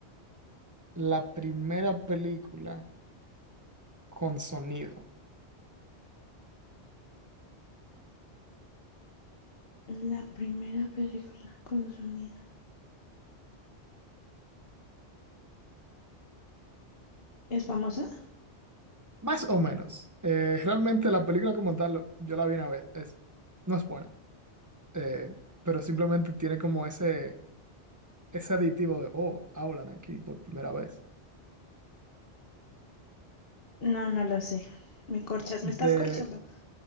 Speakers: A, on the right; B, on the left.
A: la primera película con sonido?
B: La primera película con sonido. ¿Es famosa?
A: Más o menos. Eh, realmente la película como tal, yo la vi una vez, es, no es buena, eh, pero simplemente tiene como ese... ese aditivo de, oh, hablan aquí por primera vez.
B: No, no lo sé. Me corchas,
A: De,
B: me estás corchando.